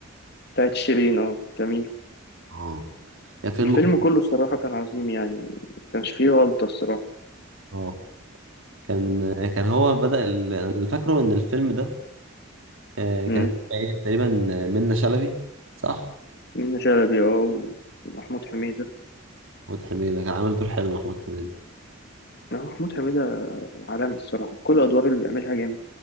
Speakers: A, on the left; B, on the right.
A: بتاعت شيرين اه جميل
B: اه يا فيلم
A: والفيلم كله الصراحة كان عظيم يعني ما كانش فيه غلطة الصراحة
B: اه كان كان هو بدأ ال- انا اللي فاكره ان الفيلم ده آه، كان
A: امم
B: فيه تقريبا منة شلبي صح
A: منة شلبي اه و- ومحمود حميدة
B: محمود حميدة كان عامل دور حلو محمود حميدة
A: اه محمود حميدة عالمي الصراحة كل الأدوار اللي بيعملها جامد